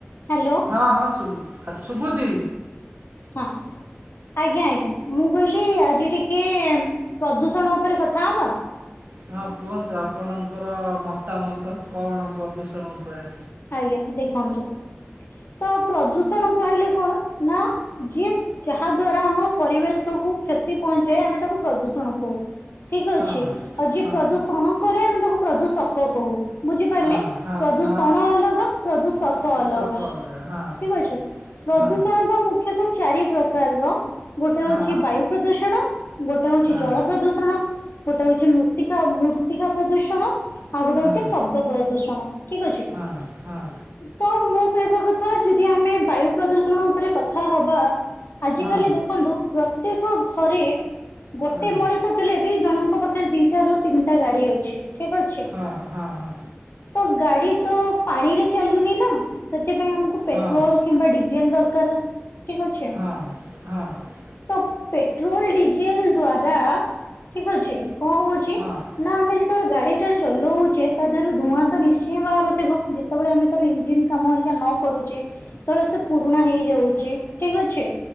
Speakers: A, on the left (about 60°); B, on the right (about 50°).
A: ହାଲୋ?
B: ହଁ ହଁ ଶୁଭୁ ଶୁଭୁଚି।
A: ହଁ। ଆଜ୍ଞା ଆଜ୍ଞା ମୁଁ କହିଲି ଆଜି ଟିକେ ପ୍ରଦୂଷଣ ଉପରେ କଥା ହବ?
B: ହଁ କୁହନ୍ତୁ ଆପଣଙ୍କର ମତାମତ କଣ ପ୍ରଦୂଷଣ ଉପରେ।
A: ଆଜ୍ଞା ଦେଖନ୍ତୁ। ତ ପ୍ରଦୂଷଣ ତାହାଲେ କଣ ନା ଯିଏ ଯାହା ଦ୍ଵାରା ଆମ ପରିବେଶକୁୁ କ୍ଷତି ପହଞ୍ଚାଏ ଆମେ ତାକୁ ପ୍ରଦୂଷଣ କହୁ। ଠିକ୍ ଅଛି
B: ହଁ
A: ଆଉ ଯିଏ
B: ହଁ
A: ପ୍ରଦୂଷଣ କରେ ଆମେ ତାକୁ ପ୍ରଦୂଷକ କହୁ। ବୁଝିପାରିଲେ?
B: ହଁ ହଁ
A: ପ୍ରଦୂଷଣ
B: ହଁ
A: ଅଲ ପ୍ରଦୁଷକ
B: ଉତ୍ସକ
A: ଅଲଗା
B: ହଁ
A: ଠିକ୍ ଅଛି। ପ୍ରଦୂଷଣ
B: ହଁ
A: ମୁଖ୍ୟତଃ ଚାରି ପ୍ରକାର ର। ଗୋଟେ ହଉଛି
B: ହଁ
A: ବାୟୁ ପ୍ରଦୂଷଣ ଗୋଟେ ହଉଛି
B: ହଁ
A: ଜଳ ପ୍ରଦୂଷଣ ଗୋଟେ ହଉଛି ମୃ ମୂର୍ତ୍ତିକା ପ୍ରଦୂଷଣ ଆଉ ଗୋଟେ
B: ହଁ
A: ହଉଛି ଶବ୍ଦ ପ୍ରଦୂଷଣ ଠିକ୍ ଅଛି।
B: ହଁ ହଁ।
A: ତ ମୁଁ କହିବା କଥା ଯଦି ଆମେ ବାୟୁ ପ୍ରଦୂଷଣ ଉପରେ କଥା ହବା ଆଜି
B: ହଁ ହଁ
A: କାଲି ଦେଖନ୍ତୁ ପ୍ରତ୍ୟେକ ଘରେ ଗୋଟେ
B: ହଁ
A: ମଣିଷ ଥିଲେ ବି ଜଣଙ୍କ ପାଖରେ ଦିଟା ରୁ ତିନଟା ଗାଡ଼ି ଅଛି ଠିକ୍ ଅଛି।
B: ହଁ ହଁ ହଁ।
A: ତୋ ଗାଡ଼ି ତୋ ପାଣିରେ ଚାଲୁନି ନା ସେଥିପାଇଁ ଆମକୁ ପେଟ୍ରୋଲ
B: ହଁ
A: କିମ୍ବା ଡିଜେଲ ଦରକାର। ଠିକ୍ ଅଛି।
B: ହଁ ହଁ ହଁ
A: ତ ପେଟ୍ରୋଲ ଡିଜେଲ ଦ୍ଵାରା ଠିକ୍ ଅଛି। କଁ ହଉଛି
B: ହଁ
A: ନା ଆମେ ଯେତେବେଳେ ଗାଡ଼ି ଟା ଚଲଉଚେ ତା ଦେହରୁ ଧୂଆଁ ତ ନିଶ୍ଚୟ ବାହାରୁଥିବ ଯେ ଯେତବେଳେ ଆମେ ତାର ଇଞ୍ଜିିନ କାମ ହାରିକା ନ କରୁଚେ ସେତବଳେ ସେ ପୁରୁଣା ହେଇଯାଉଛି ଠିକ୍ ଅଛି।